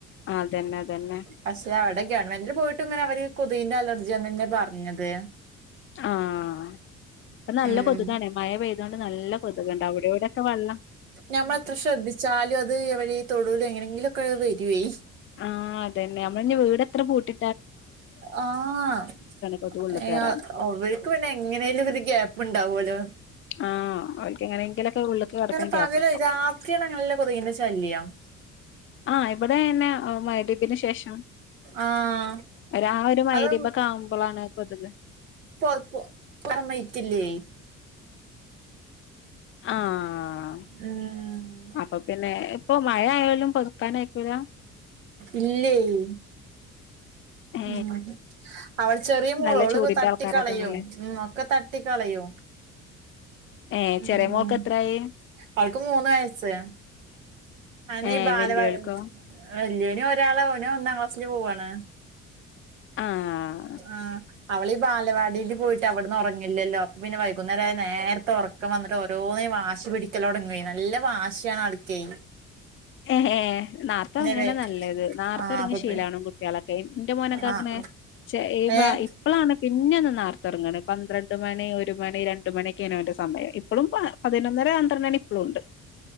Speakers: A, on the left; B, on the right.
A: അതെന്നെ, അതെന്നെ
B: പക്ഷെ അവടെ ഗെവെൺമെന്റിൽ പോയിട്ട് ഇങ്ങനെഅവര് കൊത് കിന്റെ അലർജിയാന്നപറഞ്ഞത്.
A: ആഹ് ഇപ്പന്നല്ല
B: ഉം
A: കൊതുകാണ് മഴ പെയ്തോണ്ട് കൊണ്ട് നല്ലെ കൊതുക്ണ്ട് അവ്ടി എവിടെയൊക്കെ വള്ളം
B: ഞമ്മളെത്രേ ശ്രദ്ധിച്ചാലുംഅത്ഇവടെ തൊടൂല് എങ്ങനെങ്കിലൊക്കെ വെരുയ്
A: ആഹ് അതെന്നെഅമ്മള്ഞ്ഞി വീട്എത്ര പൂട്ടി
B: ആഹ്
A: കൊതുക് ഉള്ള്
B: എഅവ്വർക്ക്
A: കേറാന്
B: പിന്നെഎങ്ങനെലൊരു ഗ്യാ വ്ണ്ടാവലോ
A: ആഹ് അവർക്ക് എങ്ങനെങ്കിലൊക്കെ ഉള്ള്ക്ക് കടക്കാൻ
B: ടപകല്
A: ഗ്യാപ്പ്ണ്ടാവും
B: രാ ച്ചിങ്ങനെഅല്ല കൊതുകിന്റെശല്യം.
A: ആഹ് ഇവടെന്നെമ ഹ്‌രിബ്ന്റെശേഷംരാവ്
B: ആഹ്
A: ഇമഗ്‌രിബ്
B: അത്
A: കാവുമ്പോളാണ്കൊതുക്
B: ഇപ്പോത് പോ ക്ലമ്മെറ്റ്ല്ലേ
A: ആഹ്
B: ഉം
A: അപ്പൊപിന്നെ ഇപ്പൊമഴയാലും പൊതുക്കാനയ്ക്കൂല?
B: ഇല്ലേയ്
A: ഏ
B: ഉം അവള്ചെറിയമോള്
A: നല്ല
B: ഓൾതട്ടി
A: ചൂടിന്റെ ആൾക്കാരാ
B: കളയും
A: തോന്നില്ലേ
B: ഉം ഒക്കെതട്ടികളയും.
A: ഏ
B: ഉംഅവൾക്ക്മൂന്ന്
A: ചെറിയ മോൾക്ക് എത്രായി
B: വയസ്സ് അയെന്നേ
A: ഏ
B: ഈ ബാലവാ
A: വല്യോൾക്കോ
B: വല്ലിയാൾ ഒന് ഒന്നാംക്ലാസ്സില് പോവാണ്.
A: ആഹ്
B: ആഹ് അവളീ വാലവാടിയിൽപോയിട്ട് അവിടന്ന് ഒറങ്ങില്ലല്ലോഅപ്പൊപിന്നെ വൈകുന്നേരായ നേരത്തെഒറക്കം വന്ന് ഓരോന്ന് വാശിപിടിക്കലൊടങ്ങുയ് ന്നല്ലേവാശിയാണ്അൾക്കെയ്
A: എ ഹെ ന്നാർത്തൊറങ്ങെന്നേ
B: വേ
A: ന്നല്ലേത് നാർത്തെഒർങ്ങിശീലാവണം
B: ആഹ് അപ്പൊ പി
A: കുട്ടികയാളൊക്കെ ഇന്റെമോനൊക്കെ ആക്ക്ണ്
B: ആഹ്
A: ചെ ഇ
B: ഏഹ്
A: ഇപ്പളാണ് പിന്നെ ഒന്ന് നേരത്തെ ഉറങ്ങണ പന്ത്രണ്ട് മണി ഒരു മണി രണ്ട് മണിയൊക്കെയാണ് അവന്റെ സമയം ഇപ്പളും പതിനൊന്നര പന്ത്രണ്ടണി ഇപ്പളുണ്ട്